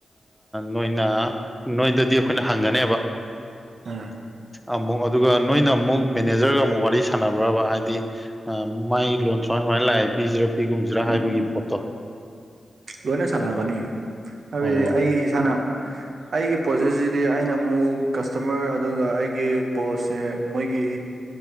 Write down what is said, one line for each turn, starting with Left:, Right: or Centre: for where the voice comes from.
Centre: ꯅꯣꯏꯅ ꯅꯣꯏꯗꯗꯤ ꯑꯩꯈꯣꯏꯅ ꯍꯪꯒꯅꯦꯕ
Right: ꯎꯝ
Centre: ꯑꯃꯨꯛ ꯑꯗꯨꯒ ꯅꯣꯏꯅ ꯃꯨꯛ ꯃꯦꯅꯦꯖꯔꯒ ꯑꯃꯨꯛ ꯋꯥꯔꯤ ꯁꯥꯟꯅ ꯕꯔꯥꯕ ꯍꯥꯏꯗꯤ ꯑ ꯃꯥꯏ ꯂꯣꯟ ꯁꯨꯃꯥꯏ ꯁꯨꯃꯥꯏ ꯂꯥꯛꯑꯦ ꯄꯤꯖꯤꯔꯥ ꯄꯤꯒꯨꯝꯖꯤꯔꯥ
Right: ꯎꯝ
Centre: ꯍꯥꯏꯕꯒꯤ
Right: ꯎꯝ
Centre: ꯄꯣꯠꯇꯣ
Right: ꯂꯣꯏꯅ ꯁꯥꯟꯅꯒꯅꯤꯌꯦ ꯍꯥꯏꯕꯗꯤ
Centre: ꯑꯣ
Right: ꯑꯩ ꯏꯁꯥꯅ
Centre: <unintelligible>
Right: ꯑꯩꯒꯤ ꯄ꯭ꯔꯣꯖꯦꯖꯤꯗꯤ ꯑꯩꯅ ꯃꯨꯛ ꯀꯁꯇꯃꯔ ꯑꯗꯨꯒ ꯑꯩꯒꯤ ꯄꯣꯁꯁꯦ ꯃꯣꯏꯒꯤ